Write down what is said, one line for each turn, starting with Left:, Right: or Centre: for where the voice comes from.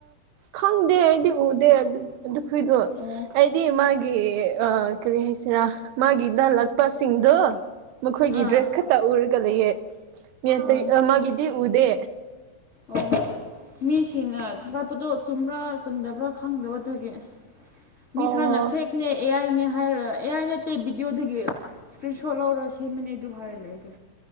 Right: ꯈꯪꯗꯦ ꯑꯩꯗꯤ ꯎꯗꯦ ꯑꯗꯨ ꯑꯗꯨꯈꯣꯏꯗꯣ
Left: ꯑꯣ
Right: ꯑꯩ ꯗꯤ ꯃꯥꯒꯤ ꯑ ꯀꯔꯤ ꯍꯥꯏꯁꯤꯔꯥ ꯃꯥꯒꯤꯗ ꯂꯥꯛꯄꯥ ꯁꯤꯡꯗꯨ ꯃꯈꯣꯏꯒꯤ
Left: ꯑꯥ
Right: ꯗ꯭ꯔꯦꯁ ꯈꯛꯇ ꯎꯔꯒ ꯂꯩꯌꯦ ꯃꯤꯑꯇꯩ
Left: ꯑꯣ
Right: ꯃꯒꯤꯗꯤ ꯎꯗꯦ
Left: ꯑꯣ ꯃꯤꯁꯤꯡꯅ ꯊꯥꯒꯠꯄꯗꯣ ꯆꯨꯝꯕ꯭ꯔꯥ ꯆꯨꯝꯗꯕ꯭ꯔꯥ ꯈꯪꯗꯕꯗꯨꯒꯤ ꯃꯤ
Right: ꯑꯣ
Left: ꯈꯔꯅ ꯐꯦꯛꯅꯦ ꯑꯦ ꯑꯥꯏꯅꯦ ꯍꯥꯏꯔ ꯑꯦꯌꯥꯏ ꯅꯠꯇꯦ ꯕꯤꯗꯤꯑꯣꯗꯒꯤ ꯏꯁꯀ꯭ꯔꯤꯟ ꯁꯣꯠ ꯂꯧꯔꯒ ꯁꯦꯝꯕꯅꯦ ꯑꯗꯨ ꯍꯥꯏꯔ ꯂꯩꯗꯣ